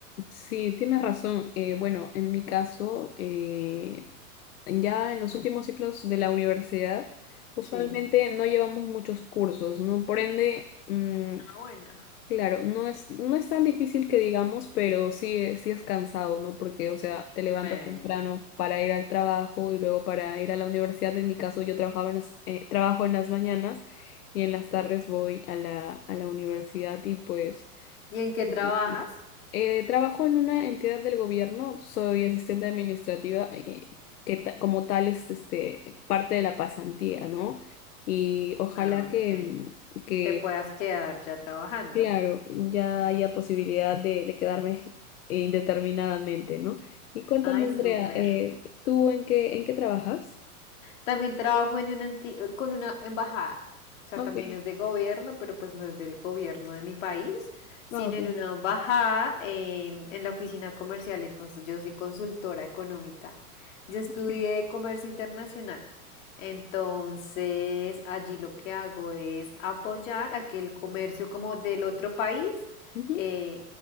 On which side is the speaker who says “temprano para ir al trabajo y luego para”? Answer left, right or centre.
Left